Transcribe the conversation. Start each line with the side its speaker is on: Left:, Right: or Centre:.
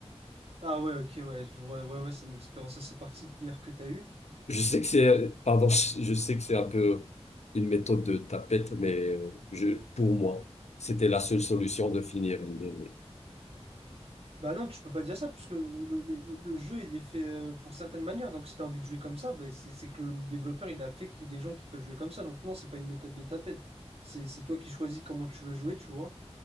Right: Ah ouais, ok, ouais, je vois, ouais, ouais, c'est une expérience assez particulière que tu as eue.
Left: Je sais
Right: Et-
Left: que c'est, pardon, <laughs> je sais que c'est un peu une méthode de tapette, mais euh, je, pour moi, c'était la seule solution de finir l'année. oui.
Right: Bah non, tu peux pas dire ça, puisque le, le- le- le jeu, il est fait euh, pour certaines manières. Donc si tu as envie de jouer comme ça, bah, c'est c'est que le développeur, il a fait qu'il y ait des gens qui peuvent jouer comme ça. Donc non, c'est pas une méthode de tapette. C'est c'est toi qui choisis comment tu veux jouer, tu vois.